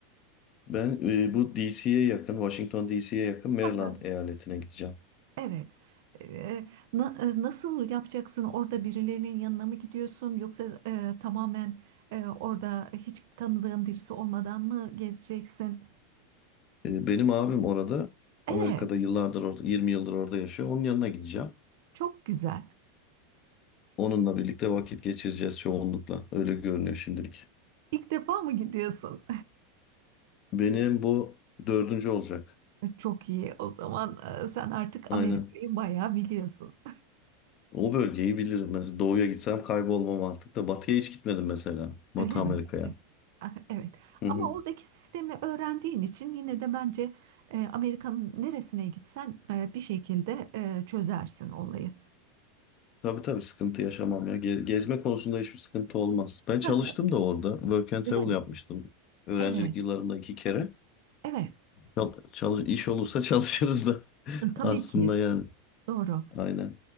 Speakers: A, on the left; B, on the right.
A: Ben e, bu DC'ye yakın, Washington DC'ye yakın Maryland
B: gidiyorsun?
A: eyaletine gideceğim.
B: Evet. Ee, na- e, nasıl yapacaksın? Orada birilerinin yanına mı gidiyorsun? Yoksa e, tamamen e, orada hiç tanıdığın birisi olmadan mı gezeceksin?
A: E, benim abim orada,
B: Evet,
A: Amerika'da yıllardır orada, 20 yıldır orada yaşıyor. Onun yanına gideceğim.
B: çok güzel.
A: Onunla birlikte vakit geçireceğiz çoğunlukla. Öyle görünüyor şimdilik.
B: İlk defa mı gidiyorsun?
A: Benim bu dördüncü olacak.
B: <laughs> Çok iyi. O zaman e, sen artık
A: Aynen.
B: Amerika'yı bayağı biliyorsun.
A: O bölgeyi bilirim. Mesela doğuya gitsem kaybolmam artık da batıya hiç gitmedim mesela. Batı
B: Öyle
A: Amerika'ya.
B: mi? Evet. Ah, evet.
A: Hı
B: Ama
A: hı.
B: oradaki sistemi öğrendiğin için yine de bence e, Amerika'nın neresine gitsen e, bir şekilde e, çözersin olayı.
A: Tabii tabii sıkıntı yaşamam ya. Ge- Gezme konusunda hiçbir sıkıntı olmaz. Ben çalıştım
B: <laughs>
A: da orada. Work and
B: Öyle
A: travel
B: mi?
A: yapmıştım. Öğrencilik
B: Evet.
A: yıllarımda iki kere.
B: Evet,
A: Çal çalış iş olursa <laughs> çalışırız da <laughs>
B: tabii
A: aslında
B: ki
A: yani.
B: doğru.
A: Aynen.